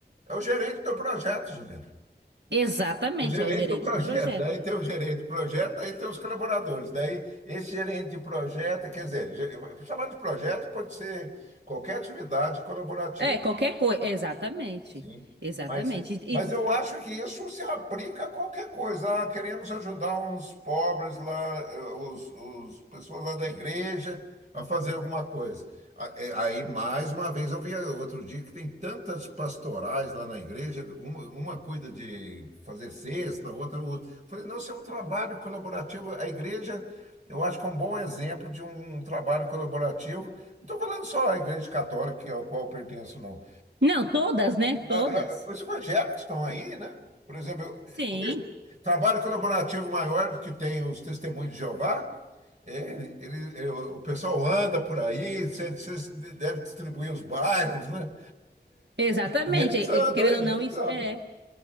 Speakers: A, on the right (about 45°); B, on the right (about 85°).
A: É o gerente do projeto, Juliano.
B: Exatamente,
A: É O gerente
B: é o gerente
A: do projeto.
B: do projeto.
A: Daí tem o gerente do projeto, daí tem os colaboradores. Daí esse gerente de projeto, quer dizer, ge- chamar de projeto pode ser qualquer atividade colaborativa.
B: É, qualquer coisa, exatamente,
A: Sim.
B: exatamente.
A: Mas,
B: E,
A: mas eu
B: e-
A: acho que isso se aplica a qualquer coisa. Ah, queremos ajudar uns pobres lá, eh, os, os pessoas lá da igreja a fazer alguma coisa. A- eh, Aí, mais uma vez, eu vi outro dia que tem tantas pastorais lá na igreja, uma, uma cuida de fazer cesta, outra, outra. Falei, não, isso é um trabalho colaborativo. A igreja, eu acho que é um bom exemplo de um, um trabalho colaborativo. Não estou falando só a igreja católica, que- ao qual eu pertenço, não
B: não, todas, né, todas.
A: a- a- os projetos que estão aí, né? Por exemplo, eu-
B: Sim.
A: eu penso- trabalho colaborativo maior que tem os Testemunhos de Jeová, é, ele- eu- o pessoal anda por aí, vocês devem distribuir os bairros, né?
B: Exatamente.
A: E eles
B: E-
A: andam,
B: e, Querendo
A: eles
B: ou não, isso
A: andam.
B: é.